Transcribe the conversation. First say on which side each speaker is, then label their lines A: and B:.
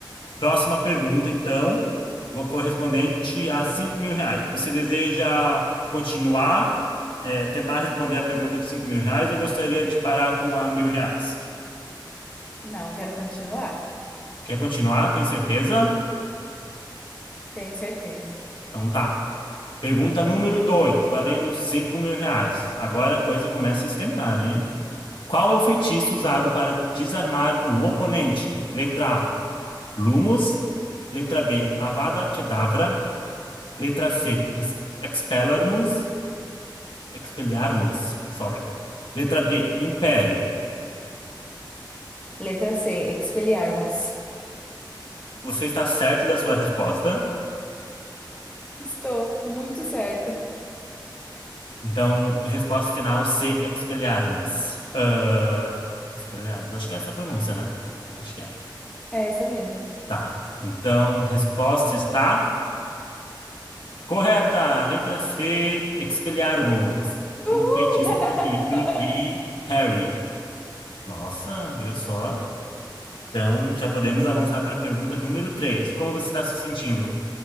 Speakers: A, on the left; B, on the left.
A: Próxima pergunta, então, vo- correspondente a cinco mil reais. Você deseja continuar, eh, tentar responder a pergunta de cinco mil reais ou gostaria de parar com a mil reais?
B: Não, quero continuar.
A: Quer continuar? Tem certeza?
B: Tenho certeza.
A: Então tá. Pergunta número dois valendo cinco mil reais. Agora a coisa começa a esquentar, hein? Qual é o feitiço usado para desarmar o oponente? Letra A. Lumus. Letra B, Avada Kedavra. Letra C, Ex- Expelliarmus. Expelliarmus, sorry. Letra D, Império.
B: Letra C, Expelliarmus.
A: Você está certo da sua resposta.
B: Estou muito certa.
A: Então, resposta final C, Expelliarmus. Ah, Expelliarmus, acho que é essa a pronúncia, né? Acho que é.
B: É essa mesmo.
A: Tá. Então, resposta está correta. Letra C, Expelliarmus. O
B: Uhul!
A: feitiço
B: <laughs>
A: preferido de Harry. Nossa, viu só? Então, já podemos avançar para a pergunta número 3. Como você está se sentindo?